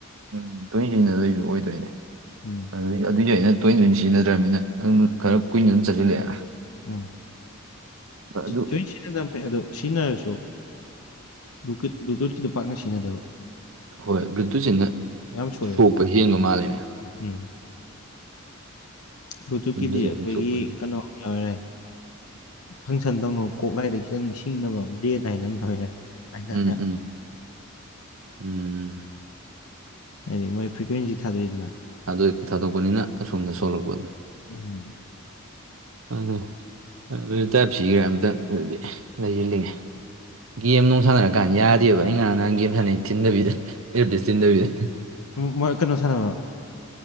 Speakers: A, on the right (about 70°); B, on the left (about 85°).
A: ꯎꯝ ꯇꯣꯏ ꯁꯤꯖꯤꯟꯅꯗꯕꯩꯁꯨ ꯑꯣꯏꯗꯣꯏꯅꯦ
B: ꯎꯝ
A: ꯑꯗꯨ ꯑꯗꯨꯏꯁꯨ ꯑꯩꯅ ꯇꯣꯏꯅ ꯇꯣꯏꯅ ꯁꯤꯖꯤꯟꯅꯗ꯭ꯔꯕꯅꯤꯅ ꯑꯗꯨꯝ ꯈꯔ ꯀꯨꯏꯅ ꯑꯗꯨꯝ ꯆꯠꯁꯤꯜꯂꯛꯑꯦꯅ
B: ꯎꯝ
A: ꯑꯗꯨ
B: ꯇꯣꯢ ꯁꯤꯖꯤꯟꯅꯕ ꯐꯩ ꯑꯗꯣ ꯁꯤꯖꯤꯟꯅꯔꯁꯨ ꯕ꯭ꯂꯨꯇꯨꯠ ꯕ꯭ꯂꯨꯇꯨꯠꯀꯤꯗꯨꯣ ꯄꯥꯛꯅ ꯁꯤꯖꯤꯟꯅꯗꯕ
A: ꯍꯣꯏ ꯕ꯭ꯠꯇꯨꯠꯁꯤꯅ
B: ꯌꯥꯝ ꯁꯣꯏꯑꯦꯕ
A: ꯁꯣꯛꯄ ꯍꯦꯟꯕ ꯃꯥꯜꯂꯤꯅꯦ
B: ꯎꯝ ꯕ꯭ꯂꯗꯨꯀꯤꯗꯤ
A: ꯕ꯭ꯂꯨꯇꯨꯠꯁꯤꯅ
B: ꯑꯩꯈꯣꯏꯒꯤ
A: ꯁꯣꯛꯄ
B: ꯀꯩꯅꯣꯝ ꯌꯥꯎꯋꯦ ꯐꯪꯁꯟ ꯇꯧꯅꯕ ꯀꯣꯛꯂꯥꯏꯗ ꯈꯤꯇꯪ ꯁꯤꯡꯅꯕ ꯕ꯭ꯔꯦꯗ ꯍꯥꯏꯅ ꯑꯃ ꯑꯩꯅ
A: ꯎꯝ ꯎꯝ ꯎꯝ ꯎꯝ
B: ꯍꯥꯏꯗꯤ ꯃꯣꯏ ꯐ꯭ꯔꯤꯀ꯭ꯋꯦꯟꯁꯤ ꯊꯥꯗꯣꯛꯏꯗꯅ
A: ꯊꯗꯣꯛꯄ ꯊꯥꯗꯣꯛꯄꯅꯤꯅ ꯑꯁꯣꯝꯗ ꯁꯣꯜꯂꯛꯄꯗꯣ
B: ꯎꯝ
A: ꯑꯗꯨꯅꯦ ꯑꯗꯨꯢ ꯇꯥꯏꯞ ꯁꯤ ꯑꯝꯇꯪ ꯑꯗꯨꯗꯤ ꯂꯩꯁꯤꯜꯂꯤꯉꯦ ꯒꯦꯝ ꯅꯨꯡ ꯁꯥꯟꯅꯔꯀꯥꯟꯗ ꯌꯥꯗꯦꯕ ꯑꯩ ꯉꯔꯥꯡ ꯅꯍꯥꯟ ꯒꯦꯝ ꯁꯥꯟꯅꯩ ꯊꯤꯟꯗꯕꯤꯗ ꯑꯦꯔꯕꯤꯁ ꯊꯤꯟꯗꯕꯤꯗ
B: ꯃꯣꯏ ꯀꯩꯅꯣ ꯁꯥꯟꯅꯕ